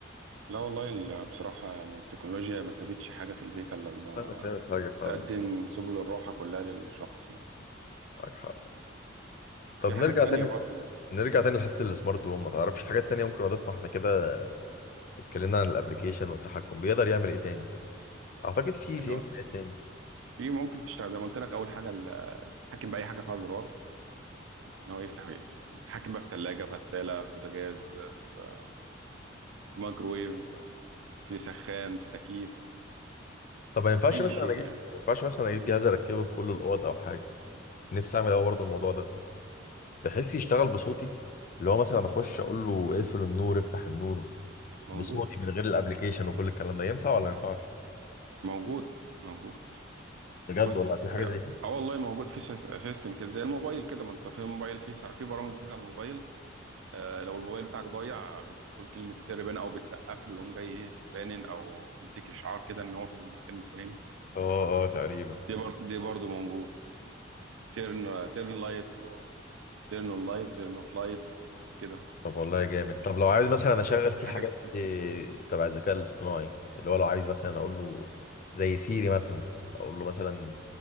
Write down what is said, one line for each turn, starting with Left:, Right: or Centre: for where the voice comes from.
Right: لا والله ال- بصراحة يعني التكنولوجيا ما سابتش حاجة في البيت إلا لما
Left: لا بس هي
Right: بتقدم
Left: حاجه فعلا
Right: سبل الراحة كلها للشخص يعني.
Left: معاك حق طب
Right: في
Left: نرجع
Right: حاجات تانية
Left: تاني
Right: برضه
Left: نرجع تاني لحته السمارت هوم ما تعرفش حاجات تانية ممكن اضيفها احنا كده اتكلمنا عن الابليكيشن والتحكم بيقدر يعمل ايه تاني اعتقد في
Right: دلوقتي
Left: في امكانيات تاني
Right: في ممكن تشتغل زي ما قلت لك أول حاجة اتحكم باي حاجه فيها زرار ان هو يفتح ويقفل اتحكم بقى في ثلاجه في غساله في بوتاجاز في في مايكرويف في سخان في تكييف
Left: طب ما ينفعش
Right: اي
Left: مثلا
Right: شيء
Left: اجيب
Right: يعني
Left: ما ينفعش مثلا اجيب جهاز اركبه في كل الاوض او حاجه نفسي اعمل قوي برضه الموضوع ده بحيث يشتغل بصوتي اللي هو مثلا اخش اقول له اقفل النور افتح النور
Right: موجود
Left: بصوتي من غير الابليكيشن وكل الكلام ده ينفع ولا ما ينفعش
Right: موجود موجود
Left: بجد
Right: بص
Left: والله في حاجه
Right: اه
Left: زي كده
Right: آه، والله موجود في سيس- سيستم كده زي الموبايل كده ما انت في الموبايل في ساعة في برامج بتنزل على الموبايل آه لو الموبايل بتاعك ضايع بتقول كلمة سر بين او بتسقف له يقوم جاي ايه رنن او مديك اشعار كده ان هو في المكان الفلاني
Left: اه اه تقريبا
Right: دي برضه دي برضه موجود تيرن تيرن لايت و تيرن اون لايت تيرن اوف لايت كده
Left: طب والله جامد طب لو عايز مثلا اشغل
Right: في
Left: فيه
Right: حاجات
Left: حاجات
Right: كتير
Left: إيه، تبع الذكاء الاصطناعي اللي هو لو عايز مثلا اقول له زي سيري مثلا اقول له مثلا